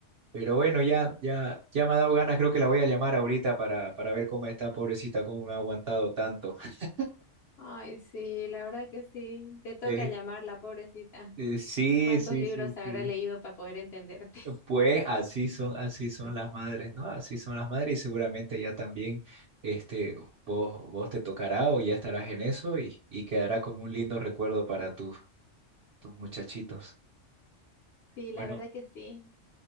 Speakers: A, on the right; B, on the left.
A: Pero bueno, ya, ya, ya me ha dado ganas, creo que la voy a llamar ahorita para, para ver cómo está, pobrecita, cómo me ha aguantado tanto. <laughs>
B: Ay, sí, la verdad que sí. Te toca
A: Eh,
B: llamarla, pobrecita.
A: eh, sí,
B: ¿Cuántos
A: sí,
B: libros
A: sí,
B: habrá
A: sí.
B: leído para poder entenderte?
A: Pues así son, así son
B: <laughs>
A: las madres, ¿no? Así son las madres y seguramente ya también, este, vos, vos te tocará o ya estarás en eso y, y quedará como un lindo recuerdo para tus, tus muchachitos.
B: Sí,
A: Bueno,
B: la verdad que sí.